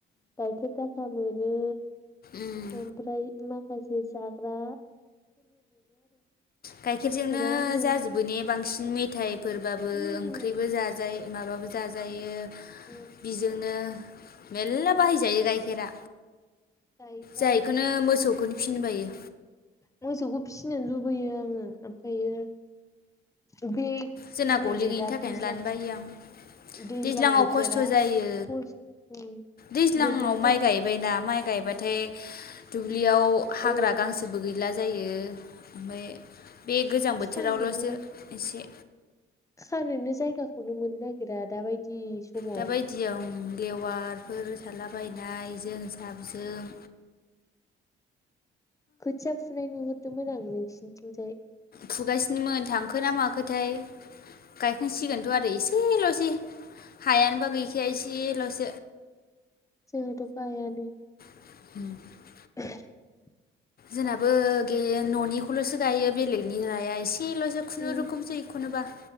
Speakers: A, on the left; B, on the left.
A: गाइखेर दाखा मोनो।
B: उम
A: ओमफ्राय माखासे जाग्रा
B: गायखेरजोंनो
A: होनथ'ला आङो
B: जाजोबो ने बांसिन मेथाइ फोरबाबो
A: उम
B: ओंख्रिबो जाज माबाबो जाजायो
A: उम
B: बिजोंनो मेल्ला बाहायजायो
A: आं
B: गाइखेरा
A: दायोथ'
B: जायखौनो
A: आरो
B: मोसौखौनो फिनबायो
A: मोसौखौ फिसिनो लुबैयो आङो ओमफ्रायो बे
B: जोंना गलि
A: नैबे
B: गैयिनि
A: दा
B: थाखायनो
A: दैज्लां
B: लानो बायो आं
A: दैज्लां
B: दैज्लाङाव
A: बोथोरा
B: खस्थ' जायो
A: फस ओमफ्राय
B: दैज्लाङाव
A: बिनि थाखाय
B: माइ गायबायनाा माइ गायबाथाय दुब्लियाव हाग्रा
A: ओ
B: गां गैला। जायो ओमफ्राय बे गोजां बोथोरावल'सो
A: खानोनो
B: एसे।
A: खानोनो जायगाखौनो मोननो नागिरा दाबायदि समाव
B: दाबायदियाव लेवारफोर सारलाबायनायजों साबजों
A: खोथिया फुनाय नुहुरदोंमोन आं नोंसिोरनिथिंजाय।
B: फुगासिनोमोन थांख ना माखोथाय गायखांसिगोनथ' आरो एसे एसेल'सि हा नो बा एसेल'स।
A: जों थो खायानो।
B: <inaudible>
A: <inaudible>
B: जोंनाबो गैयो न'निखौल'सो गायो बेलेगनि लाया इसे इसे खुनुरुखुसैखनोबा।
A: उम